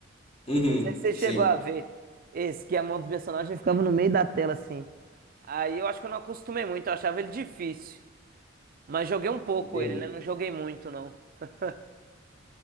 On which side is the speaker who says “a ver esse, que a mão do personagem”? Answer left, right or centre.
Right